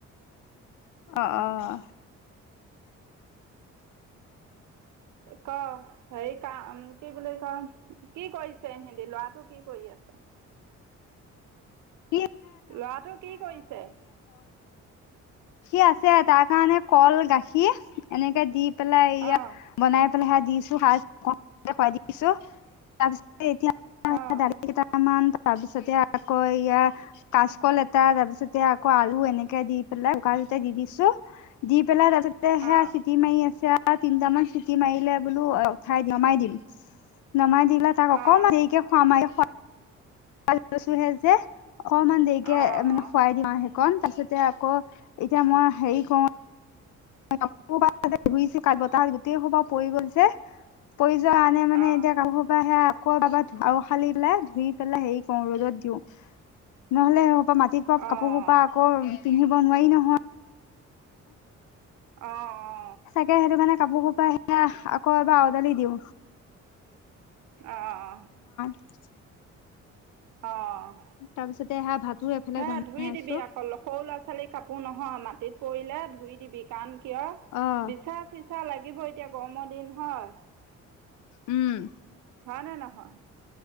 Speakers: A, on the left (about 75°); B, on the right (about 75°).
A: অঁ
B: উম
A: অঁ
B: ক হেৰি কাম কি বুলি কম কি কৰিছে সিদি লৰাটো কি কৰি আছে
A: <unintelligible>
B: ল'ৰাটো কি কৰিছে?
A: সি আছে তাৰ কাৰণে কল-গাখীৰ এনেকে দি, পেলাই এইয়া
B: অ',
A: বনাই, ফালহে দিছো খুৱাই দিছো তাৰপিছত, <unintelligible>
B: অ',
A: তাৰপিছতে আকৌ, এতিয়া কাঁচকল এটা, তাৰপিচতে আকৌ আলু এনেকে দি পেলাই কুকাৰতে দি দিছোঁ, দি পেলাই তাৰপাছতে
B: অ',
A: সেয়া চিটি মাৰি আছে আৰু, দুটা-তিনিটামান চিটি মাৰিলে বোলো উঠাই নমাই দিম-নমাই দিম তাক অকণমান
B: অ',
A: দেৰিকে খোৱাম, <unintelligible> অকমান দেৰিকে
B: অ',
A: মানে
B: অ',
A: খুৱাই দিম আহি, কন তাৰপিছতে আকৌ এতিয়া মই হেৰি কৰো, কাপোৰ সপা ধুইছো কালি বতাহত গোটেই সোপা পৰি গল যে পৰি যোৱা আনে মানে
B: অ',
A: এতিয়া কাপোৰ সপা সেয়া, <unintelligible> অহ মাটিত পৰা
B: অ', অ', অ', অ',
A: কাপোৰ হোপা আকৌ, পিন্ধিব নোৱাৰি নহয়।
B: অ', -অ',
A: চাগে সেইটো কাৰণে, কাপোৰ সোপা আকৌ এবাৰ আওডালি দিওঁ।
B: অ',
A: <inaudible>
B: অ',
A: তাৰপিছতে সেয়া ভাতো এইফালে
B: হে',
A: বনাই
B: ধুই
A: আছো
B: দিবি আকৌ সৰু ল'ৰা-ছোৱালীৰ কাপোৰ নহয়, ন', মাটিত পৰিলে ধুই দিবি কাৰণ কিয়
A: অ'
B: বিচাৰ চি, ইচ্ছা লাগিব এতিয়া গৰমৰ দিন হয়।
A: উম',
B: হয়', নে', নহয়? <inaudible>